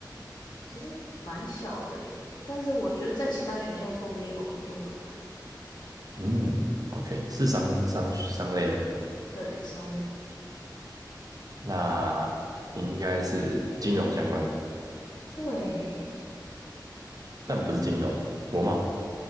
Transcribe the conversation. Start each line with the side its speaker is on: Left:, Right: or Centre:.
Left: 其实蛮小的耶，但是我觉得在其他学校说不定有很多个吧，
Right: 嗯，OK，是商商商类的吗？
Left: 对，上面
Right: 那应该是金融相关，
Left: 对，
Right: 但不是金融，国贸